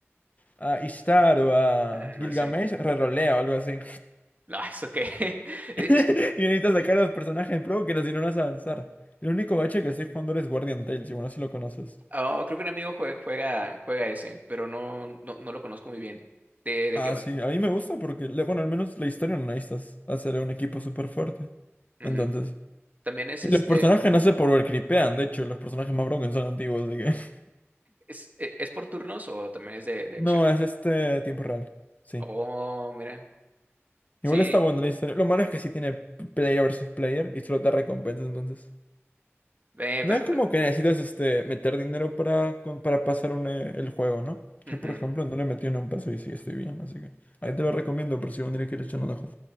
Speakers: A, on the left; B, on the right.
A: a Ishtar o a
B: mm, no
A: Gilgamesh,
B: sé.
A: rerolea o algo así.
B: No, ¿eso qué? <laughs> Es-
A: <laughs>
B: es-
A: Y necesitas sacar a los personajes pro que no, si no, no vas a avanzar. El único bache que estoy jugando ahora es Guardian Tales, y bueno, si lo conoces.
B: oh, creo que un amigo jue- juega, juega, ese, pero no, no, no lo conozco muy bien. ¿De, de
A: Ah,
B: qué va?
A: sí, a mí me gusta porque, le- bueno, al menos la historia no necesitas hacer un equipo súper fuerte.
B: Mm,
A: Entonces.
B: ¿también es
A: Y
B: este,
A: los personajes no se creepean, de hecho, los personajes más broken son antiguos, así que. <laughs>
B: es, e- es por turnos o también es de, de
A: No,
B: acción?
A: es este tiempo real. Sí.
B: Oh, mira. Sí,
A: Igual está bueno la historia. Lo malo es que sí tiene player versus player y solo te recompensa entonces.
B: ve,
A: No
B: pero,
A: es como
B: pero-
A: que necesitas este, meter dinero para, con- para pasar un, eh, el juego, ¿no?
B: ujú.
A: Yo, por ejemplo, no le metí ni un peso y sí estoy bien, así que ahí te lo recomiendo por si un día quieres echar un ojo.